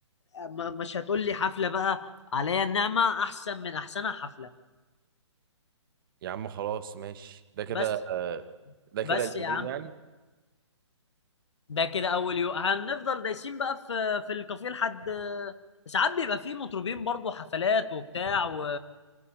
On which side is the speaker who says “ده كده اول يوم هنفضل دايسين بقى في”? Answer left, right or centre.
Left